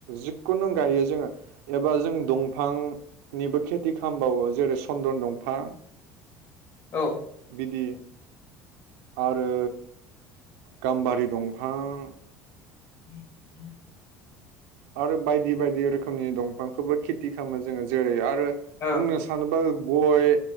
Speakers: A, on the right (about 70°); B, on the left (about 50°).
A: जिखुनु गायो जोङो एबा जों दंफांनिबो खेथि खामबावो जेरै सन्दन दंफां
B: औ
A: बिदि आरो गाम्बारि दं फां
B: <inaudible>
A: आरो बायदि बायदि रोखोमनि दंफांखौबो खेथि खालामो जोङो जेरै आरो
B: औ
A: बुंनो सानोबा गय